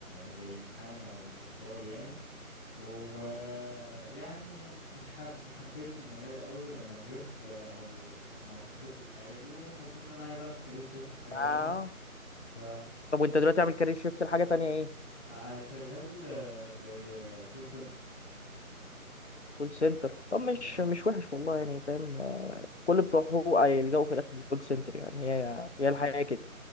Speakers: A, on the left; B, on the left.
A: زي محامي او مستشار يعني ويعني مش حب ما حبيتش المجال قوي ولما كبرت آه، او ما بصيت للحاجه دي وحسيت ان انا عايز اعمل كارير شيفت لحاجه
B: آه.
A: تانية ف
B: طب وانت دلوقتي عامل كارير شيفت لحاجه تانية ايه
A: آه، شغال آه، زي كول سنتر
B: كول سنتر طب مش
A: اه
B: مش وحش والله يعني فاهم كل بتوعه هيلجأوا في الاخر للكول سنتر يعني هي هي الحقيقه كده